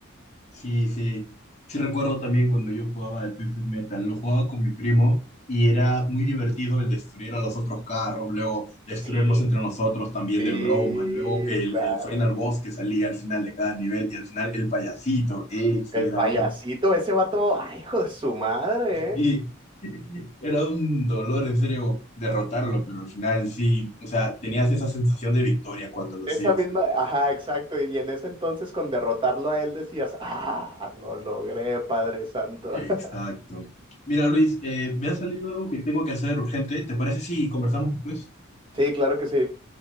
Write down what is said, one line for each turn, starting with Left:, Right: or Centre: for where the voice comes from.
Left: Sí, sí. Sí recuerdo también cuando yo jugaba de Twisted Metal. Lo jugaba con mi primo y era muy divertido el destruir a los otros carros, luego destruirnos
Right: Sí,
Left: entre nosotros también
Right: sí,
Left: de broma, y luego el,
Right: claro.
Left: el final boss que salía al final de cada nivel y al final el payasito. Ese
Right: El
Left: era
Right: payasito,
Left: un...
Right: ese vato, ay, hijo de su madre, ¿eh?
Left: Sí, <laughs> era un dolor en serio derrotarlo, pero al final sí, o sea, tenías esa sensación de victoria cuando lo
Right: Esa
Left: hacías.
Right: misma, ajá, exacto. Y en ese entonces con derrotarlo a él decías, ah, lo logré, Padre Santo.
Left: Exacto.
Right: <laughs>
Left: Mira, Luis, eh, me ha salido algo que tengo que hacer urgente. ¿Te parece si conversamos después?
Right: Sí, claro que sí.